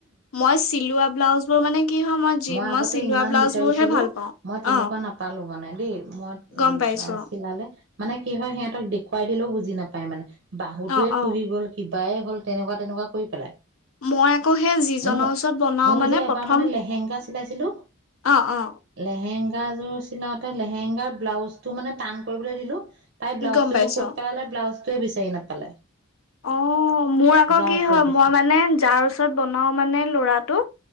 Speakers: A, on the left (about 80°); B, on the right (about 55°).
A: মই চিলোৱা ব্লাউজ বোৰ মানে। কি হয় যি
B: মই আগতে
A: চিলোৱা
B: ইমান
A: ব্লাউজ
B: বিচাৰিছিলো
A: বোৰহে ভাল পাওঁ
B: মই তেনেকুৱা
A: অ
B: নাপালো মানে দেই মই
A: গম পাইছো
B: চিলালে মানে কি হয় সিহঁতক দেখোঁ। খুৱাই দিলো বুজি নাপায় মানে । বাহুটোৱে
A: অ অ
B: খুহি গল কিব। বায়ে হ'ল তেনেকুৱা তেনেকুৱা কৰি পেলাই।
A: মই আকৌ সেই যিজনৰ
B: মোৰ
A: ওচৰত বনাও
B: মোৰ
A: মানে
B: যে এবাৰ
A: প্ৰথম।
B: লেহেংগা চিলাইছিলো
A: অ অ
B: লেহেং লেহেংগা যোৰ চিলাওতে লেহেঙংগাৰ ব্লাউজটো মানে টান কৰিবলৈ দিলো। তাই ব্লউজটোনো
A: গম পাইছো
B: কত পেলাই ব্লাউজ টোৱে বিচাৰি নাপালে।
A: অ মোৰ আকৌ
B: যাৰ
A: কি
B: ওচৰত
A: হয়
B: দিছো
A: মই মানে যাৰ ওচৰত বনাওঁ মানে লৰাটো